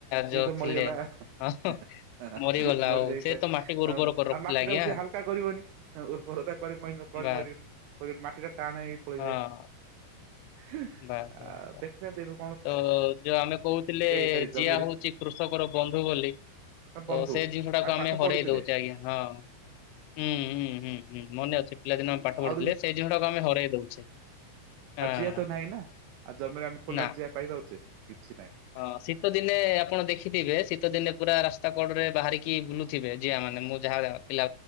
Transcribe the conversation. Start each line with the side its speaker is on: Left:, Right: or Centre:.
Right: ସିଏ
Left: ଯୋଉ
Right: ତ
Left: ଥିଲେ
Right: ମରିଗଲା,
Left: ହଁ
Right: <unintelligible>
Left: ମରିଗଲା
Right: ମରି
Left: ଆଉ
Right: ଯାଇଥାଏ।
Left: ସେ ତ ମାଟିକୁ ଉର୍ବର
Right: ଆଉ
Left: କରି ରଖିଥିଲା
Right: ମାଟି
Left: ଆଜ୍ଞା
Right: ଟାକୁ ସିଏ ହାଲକା କରିବନି ଉର୍ବର ତା କରି ମଇଦ କରି
Left: ବାସ୍
Right: ମାରିବନି। <unintelligible> ମାଟି ଟା ଟାଣ ହେଇ ପଡିଥାଏ।
Left: ହଁ
Right: ହୁଁ
Left: ବାସ୍
Right: ଆ
Left: ବାସ୍ ବାସ୍।
Right: ଦେଖୁଥା ଦେବୁ
Left: ତ ଯୋଉ ଆମେ କହୁଥିଲେ
Right: ସରି ଜମିରେ
Left: ଜିଆ ହଉଛି କୃଷକର ବନ୍ଧୁ ବୋଲି। ତ
Right: ନା ବନ୍ଧୁ।
Left: ସେଇ ଜିନିଷଟା କୁ
Right: ପାଠ
Left: ଆମେ
Right: ପଢିଥିଲେ
Left: ହରେଇ ଦଉଛେ ଆଜ୍ଞା ହଁ। ହୁଁ ହୁଁ ହୁଁ ହୁଁ ମନେ ଅଛି ପିଲାଦିନ ଆମେ ପାଠପଡୁଥିଲେ
Right: ଆହୁରି ବି
Left: ସେଇ ଜିନିଟାକୁ ଆମେ ହରେଇ ଦଉଛେ। ହଁ
Right: ଆଉ ଜିଆ ତ ନାହିଁ ନା ଆଉ ଜମିରେ ଆମେ ଖୋଲାରେ
Left: ନା
Right: ଜିଆ ପାଇ ପାରୁଛେ କିଛି ନାହିଁ।
Left: ହଁ ଶୀତ ଦିନେ ଆପଣ ଦେଖିଥିବେ ଶୀତ ଦିନେ ପୁରା ରାସ୍ତା କଡ ରେ ବାହାରିକି ବୁଲୁ ଥିବେ ଯିଆ ମାନେ ମୁଁ ଯାହା ପିଲା